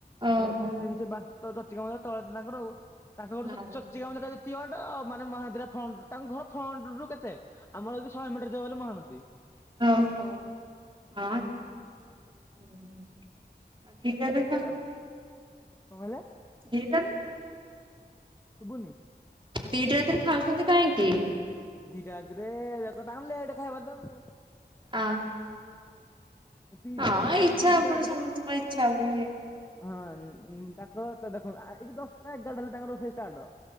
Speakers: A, on the right; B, on the left.
A: ଓହୋ
B: ସେ ବାସିକା ଚର୍ଚିକା ମନ୍ଦିର ତଳେ ତାଙ୍କର ଆଉ ତାଙ୍କର
A: ଓହୋ।
B: ସବୁ ଚର୍ଚିକା ମନ୍ଦିରରେ ସେତିକି ବାଟ ମାନେ ମହାନ୍ଦୀରା ଫ୍ରଣ୍ଟ ତାଙ୍କ ଘର ଫ୍ରଣ୍ଟ ରୁ କେତେ ଆମର ଯଦି ଶହେ ମିଟର ଗଲୁ ମହାନଦୀ।
A: ହୁଁ ହୁଁ। <unintelligible>
B: ତା କୁ କଣ କହିଲେ?
A: <unintelligible>
B: ଶୁଭୁନି।
A: ଦିଟା ରାତିରେ ଖାଉଛନ୍ତି କାହିଁକି?
B: ଦିଇଟା ରାତିରେ ଯେତେ ତାଙ୍କର ଲେଟ ଖାଇବା ତ ଆଉ।
A: ଆ
B: ମୋ ପିଇସା
A: ହଁ
B: ତାଙ୍କର
A: ଇଛା
B: ଆସିକି ଦିଟା
A: ଆପଣା
B: ରାତିରେ
A: ର ସମସ୍ତ ପାଇଁ ଇଚ୍ଛା ହୁଁଏ।
B: ହଁ ତାଙ୍କର ତ ଦେଖନ୍ତୁ ଆୟେ ଏ ଯୋଉ ଦଶଟା ଏଗାରଟା ହେଲେ ତାଙ୍କର ରୋଷେଇ ଷ୍ଟାର୍ଟ।